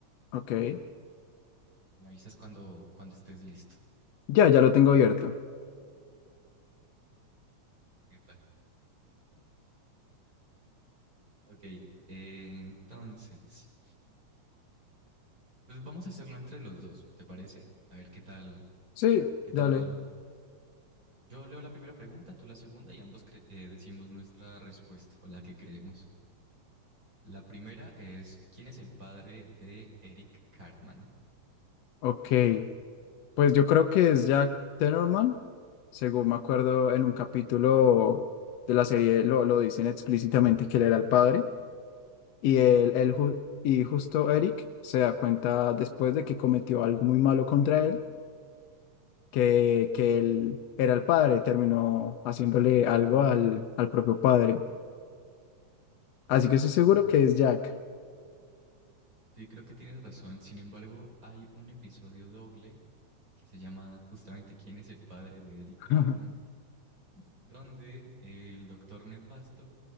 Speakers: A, on the left; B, on the right.
A: Ok.
B: Me avisas cuando, cuando estés listo.
A: Ya, ya lo tengo abierto.
B: Epa. Ok, eh, entonces... Pues vamos a hacerlo entre los dos, ¿te parece? A ver qué tal,
A: Sí,
B: qué
A: dale.
B: tal nos va. Yo leo la primera pregunta, tú la segunda y ambos cre- eh, decimos nuestra respuesta o la que creemos. La primera es, ¿quién es el padre de Eric Cartman?
A: Ok. Pues yo creo que es Jack Tenorman. Según me acuerdo, en un capítulo de la serie lo, lo dicen explícitamente que él era el padre. Y él, él ju- y justo Eric se da cuenta después de que cometió algo muy malo contra él, que, que él era el padre. Terminó haciéndole algo al, al propio padre. Así que estoy seguro
B: Mm.
A: que es Jack.
B: Sí, creo que tienes razón. Sin embargo, hay un episodio doble que se llama justamente ¿Quién es el padre de Eric
A: <laughs>
B: Cartman? Donde el doctor Nefasto